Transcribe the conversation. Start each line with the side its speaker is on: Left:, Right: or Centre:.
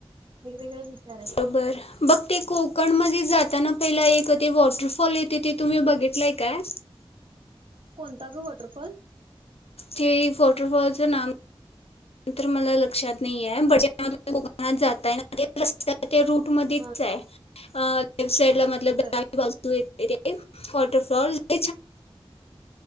Right: वेगवेगळे विचार आहे
Left: बर बघते कोकणमध्ये जाताना पहिला एक ते वॉटरफॉल येते ते तुम्ही बघितलंय काय
Right: कोणता गं वॉटरफॉल
Left: ते वॉटरफॉलचं नाम तर मला लक्षात नाहीेये <inaudible> कोकणात जाताय ते रस्त्या ते रूट मधेच
Right: हा
Left: आहे अ लेफ्ट साईडला
Right: बर
Left: <inaudible> तू येते वॉटरफॉल <inaudible>